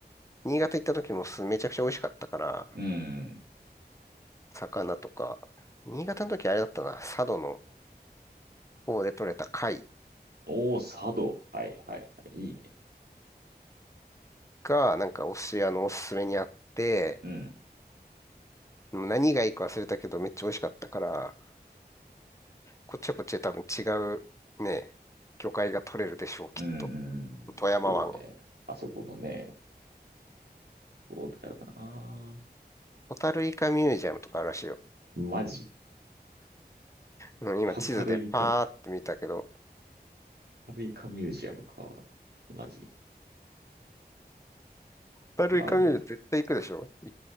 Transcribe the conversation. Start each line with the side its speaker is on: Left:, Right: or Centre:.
Left: 新潟行った時もすめちゃくちゃ美味しかったから、
Right: うーん。
Left: 魚とか。新潟の時あれだったな、佐渡の方で採れた貝
Right: おー、佐渡。はいはいはい。いいね。
Left: が、なんかお寿司屋のおすすめにあって、
Right: うん、
Left: でも何がいいか忘れたけどめっちゃ美味しかったから、こっちはこっちで多分違うね、魚介が取れるでしょう、きっと。
Right: うん、
Left: 富山湾。
Right: うん。そうね。あそこのね。そうだよな。
Left: ホタルイカミュージアムとかあるらしいよ。
Right: マジ。
Left: うん今地図でパーって見たけど、
Right: ホタルイカ、ホタルイカミュージアムか。マジ。
Left: ホタルイカミュージアム絶対行くでしょい
Right: あの